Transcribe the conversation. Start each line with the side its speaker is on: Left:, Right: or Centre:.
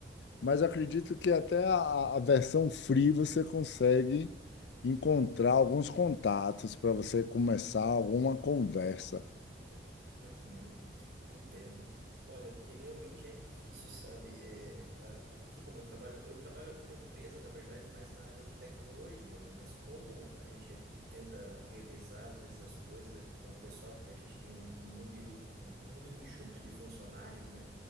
Left: mas eu acredito que até a, a versão free você consegue encontrar alguns contatos para você começar alguma conversa.
Right: Uhum, entendo. Olha, porque realmente é difícil, sabe? É, a- aqui como eu trabalho, eu trabalho aqui na empresa, na verdade, mais na área de tecnologia, né? Mas como a gente tenta revezar, às vezes, as coisas aqui com o pessoal, porque a gente tem um, um número, um, um número enxuto de funcionários, né?